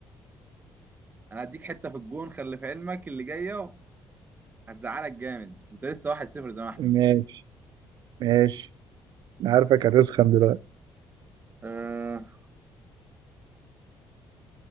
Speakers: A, on the right (about 25°); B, on the right (about 70°).
A: انا هديك حته في الجون خلي في علمك اللي جايه هتزعلك جامد انت لسه واحد صفر زي ما احنا
B: ماشي ماشي أنا عارفك هتسخن دلوقتي
A: أه